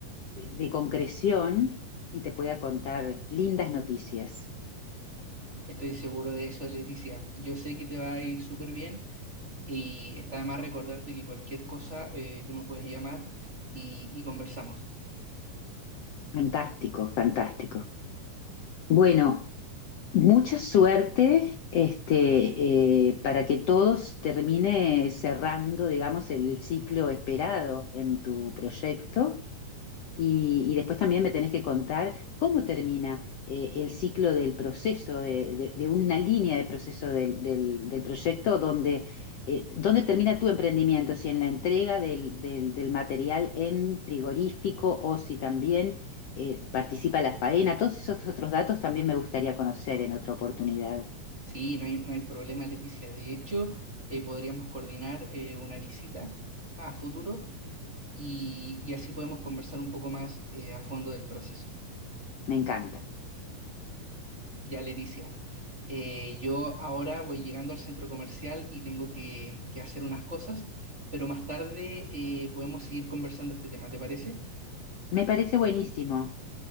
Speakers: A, on the left; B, on the right.
A: de concreción y te pueda contar lindas noticias.
B: Estoy seguro de eso, Leticia. Yo sé que te va a ir súper bien. Y está de más recordarte que cualquier cosa eh, tú me puedes llamar y, y conversamos.
A: Fantástico, fantástico. Bueno, Mucha suerte, este, eh, para que todos termine cerrando, digamos, el ciclo esperado en tu proyecto. Y, y después también me tenés que contar cómo termina eh, el ciclo del proceso, de, de- de una línea de proceso del, del- del proyecto, donde, eh, dónde termina tu emprendimiento, si en la entrega del, del- del material en frigorífico o si también eh, participa la faena. Todos esos otros datos también me gustaría conocer en otra oportunidad.
B: Sí, no hay, no hay problema, Leticia. De hecho, eh, podríamos coordinar eh, una visita a futuro y, y así podemos conversar un poco más eh, a fondo del proceso.
A: Me encanta.
B: Ya, Leticia, eh, yo ahora voy llegando al centro comercial y tengo que, que hacer unas cosas, pero más tarde eh, podemos seguir conversando este tema, ¿te parece?
A: Me parece buenísimo.